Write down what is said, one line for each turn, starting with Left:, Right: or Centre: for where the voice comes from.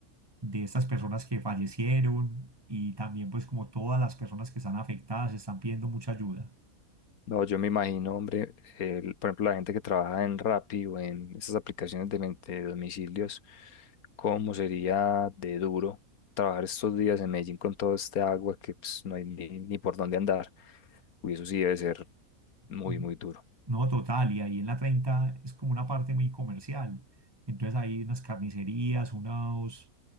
Right: de estas personas que fallecieron y también pues como todas las personas que están afectadas están pidiendo mucha ayuda.
Left: No, yo me imagino, hombre, el- por ejemplo, la gente que trabaja en Rappi o en esas aplicaciones de, men- de domicilios, cómo sería de duro trabajar estos días en Medellín con todo este agua que pues, no hay ni, ni por dónde andar. Uy, eso sí debe ser muy,
Right: ¿no?
Left: muy duro.
Right: No, total, y ahí en la 30 es como una parte muy comercial. Entonces hay unas carnicerías, unos,